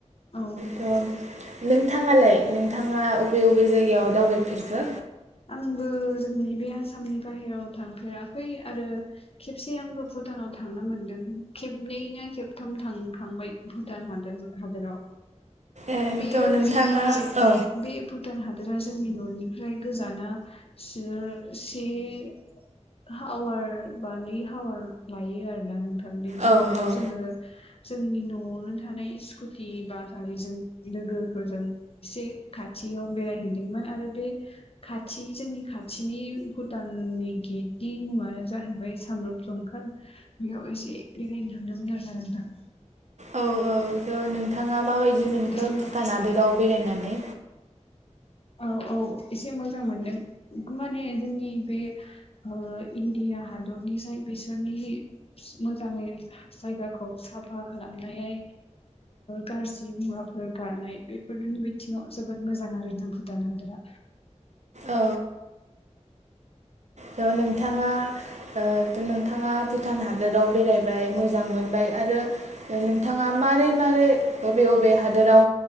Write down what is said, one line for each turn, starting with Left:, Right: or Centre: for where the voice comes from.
Left: औ
Right: थ' नों थाङालाय नों थाङा बबे बबे जायगायाव दावबायफेरखो?
Left: आंबो जोंनि बे आसामनि बाहेरायाव थांफेराखै आरो खेबसे आंबो भुटानाव थांनो मोनदों खेबनैनो खेबथाम थांखांबाय भुटान हाद हादोराव
Right: ए
Left: बेयो
Right: थ' नोंथाङा
Left: जोंनि
Right: औ
Left: बे भुटान हादरा जोंनि न'निफ्राय गोजाना से हावार बानाय हावार लायो आरोना नोंथां जों
Right: औ
Left: बेयाव
Right: औ
Left: जोङो जोंनि न'आवनो थानाय स्कुटि बा गारिजों लोगोफोरजों एसे खाथि याव बेरायहैदोंमोन आरो बे खाथि जोंनि खाथिनि भुटाननि गेटनि मुङानो जाहैबाय सामब्रुप जंखा बेयाव एसे बेरायनो थांदोंमोन आरो ना नोंथां।
Right: औ औ' नोंथाङा माबायदि मोनखो
Left: दे होमबा
Right: भुटान हादोराव बेरायनानै।
Left: औ औ एसे मोजां मोनदों माने जोंनि बे ओ- इण्डिया हादर। बिनिसाय बिसोरनि मोजाङै जायगाखौ साफा खालामनाय। गाज्रि मुवाफोर गानाय बेफोरनि बिथिङाव जोबोद मोजां आरो ना। भुटान हादोरा।
Right: औ हेल' नोंथाङा।
Left: <inaudible>
Right: ओ नोंथाङा भुटान हादोराव बेरायबाय मोजां मोनबाय आरो नोंथाङा मारै मारै? बबे बबे हादोराव